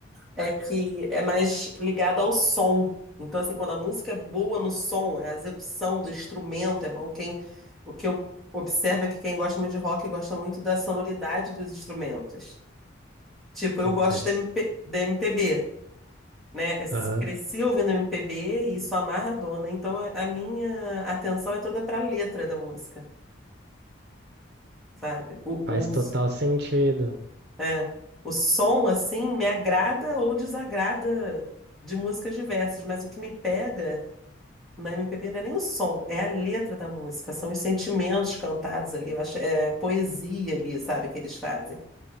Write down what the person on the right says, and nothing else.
não
faz.
Aham.
Faz
total sentido.